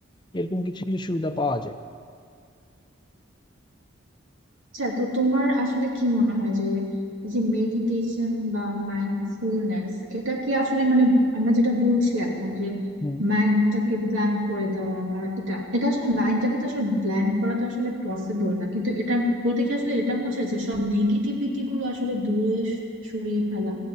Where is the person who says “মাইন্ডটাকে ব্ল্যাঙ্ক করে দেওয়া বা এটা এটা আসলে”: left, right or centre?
Right